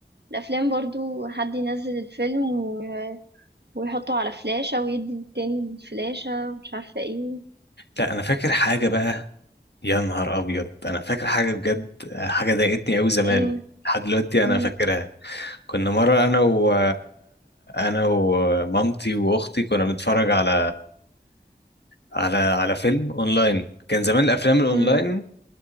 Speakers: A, on the right (about 80°); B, on the left (about 85°).
A: الأفلام برضه حد ينزّل الفيلم و ويحطه على فلاشة ويدّي للتاني الفلاشة ومش عارفة إيه،
B: لا انا فاكر حاجه بقى يا نهار ابيض انا فاكر حاجه بجد آه، حاجه ضايقتني قوي زمان
A: إيه،
B: لحد دلوقتي انا
A: إمم،
B: فاكرها كنا مره انا و انا ومامتي واختي كنا بنتفرج على على على فيلم اونلاين كان زمان الافلام الاونلاين
A: إمم،